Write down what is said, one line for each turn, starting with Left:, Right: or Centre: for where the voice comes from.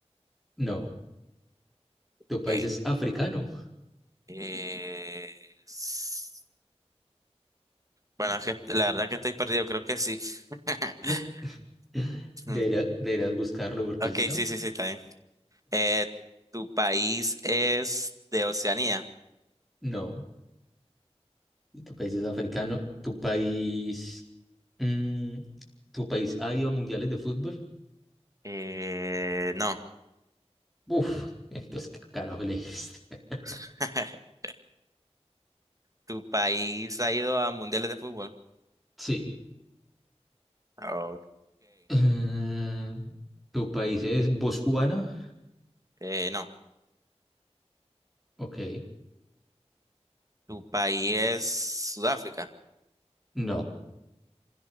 Centre: No. ¿Tu
Right: Ok.
Centre: país es africano?
Right: Eh, s- bueno, es que la verdad que estoy perdido, creo que sí. <laughs>
Centre: No. <laughs> Debería-
Right: Mm,
Centre: deberías buscarlo porque
Right: Ok,
Centre: si no,
Right: sí, sí, sí, está bien. Eh, ¿tu país es de Oceanía?
Centre: no. ¿Tu país es africano? ¿Tu país... Mm, ¿tu país ha ido a mundiales de fútbol?
Right: Eh, no.
Centre: Uf, entonces, ¿qué carajo le <laughs>
Right: <laughs> ¿Tu país ha ido a mundiales de fútbol?
Centre: Sí.
Right: Ok.
Centre: Eh, ¿tu país es Botswana?
Right: Eh, no.
Centre: Ok.
Right: ¿Tu país es Sudáfrica?
Centre: No.